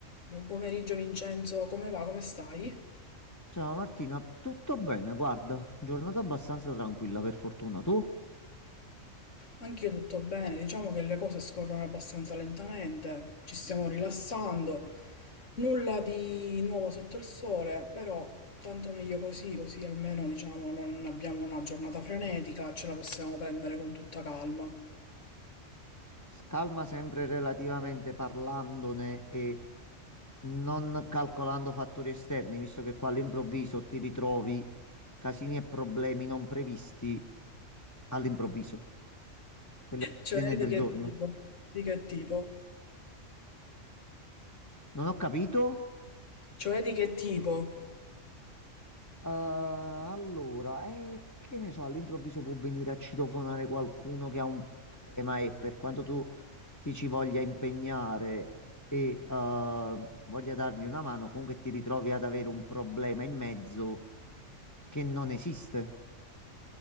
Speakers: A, on the left; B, on the left.
A: Buon pomeriggio Vincenzo, come va? Come stai?
B: Ciao Martina, tutto bene? Guarda, giornata abbastanza tranquilla per fortuna. Tu?
A: Anch'io tutto bene, diciamo che le cose scorrono abbastanza lentamente, ci stiamo rilassando, nulla di nuovo sotto il sole, però tanto meglio così, così almeno diciamo non abbiamo una giornata frenetica, ce la possiamo prendere con tutta calma.
B: S- Calma sempre relativamente parlandone e non calcolando fattori esterni, visto che qua all'improvviso ti ritrovi casini e problemi non previsti all'improvviso, quelli all'ordine
A: Cioè
B: del
A: di che
B: giorno.
A: tipo? Di che tipo?
B: Non ho capito?
A: Cioè di che tipo?
B: Eh, allora, eh, che ne so, all'improvviso può venire a citofonare qualcuno che ha un problema e per quanto tu ti ci voglia impegnare e eh, voglia dargli una mano, comunque ti ritrovi ad avere un problema in mezzo che non esiste.